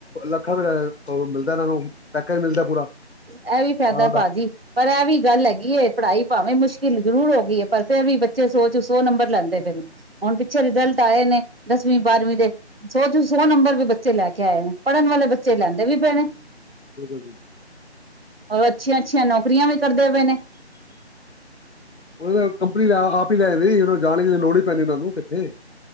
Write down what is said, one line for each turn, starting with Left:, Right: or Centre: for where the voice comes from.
Left: ਅੱਖਾ ਵੀ ਮਿਲਦਾ ਇਹਨਾਂ ਨੂੰ ਪੈਕੇਜ ਮਿਲਦਾ ਪੂਰਾ
Right: ਇਹ ਵੀ ਫਾਇਦਾ
Left: ਸਾਲ ਦਾ
Right: ਭਾਜੀ ਪਰ ਇਹ ਵੀ ਗੱਲ ਹੈਗੀ ਪੜ੍ਹਾਈ ਭਾਵੇਂ ਮੁਸ਼ਕਿਲ ਜ਼ਰੂਰ ਹੋ ਗਈ ਹੈ ਪਰ ਫੇਰ ਵੀ ਬੱਚੇ ਸੋਚ ਸੌ ਨੰਬਰ ਲੈਂਦੇ ਪਏ ਨੇ ਹੁਣ ਪਿੱਛੇ ਰਿਜ਼ਲਟ ਆਏ ਨੇ ਦਸਵੀਂ ਬਾਰਵੀਂ ਦੇ ਸੋ ਚ ਸੌ ਨੰਬਰ ਵੀ ਬੱਚੇ ਲੈ ਕੇ ਆਏ ਨੇ ਪੜ੍ਹਨ ਵਾਲੇ ਬੱਚੇ ਲੈਂਦੇ ਵੀ ਪਏ ਨੇ
Left: ਹੂੰ ਹੂੰ
Right: ਔਰ ਅੱਛੀਆਂ ਅੱਛੀਆਂ ਨੌਕਰੀਆਂ ਵੀ ਕਰਦੇ ਪਏ ਨੇ
Left: ਉਹ ਕੰਪਨੀ ਲੈ ਆਪ ਹੀ ਲੈ ਦੇ ਜਦੋਂ ਜਾਣਗੇ ਲੋੜ ਹੀ ਪੈਂਦੀ ਉਹ ਨੂੰ ਕਿੱਥੇ